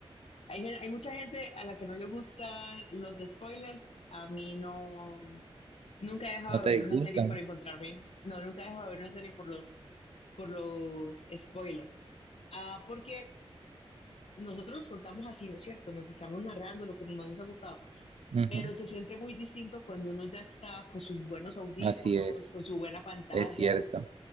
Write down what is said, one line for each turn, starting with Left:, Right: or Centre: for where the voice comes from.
Left: Hay, gen- hay mucha gente a la que no le gustan los spoilers. A mí no, nunca he dejado
Right: No te
Left: de
Right: disgustan.
Left: ver una serie por encontrarme. No, nunca he dejado de ver una serie por los, por los spoilers. Ah, porque nosotros nos contamos así, ¿no es cierto? Nos estamos narrando lo que más nos ha gustado.
Right: Ujú.
Left: Pero se siente muy distinto cuando uno ya está con sus buenos audífonos,
Right: Así es,
Left: con su buena pantalla,
Right: es cierto,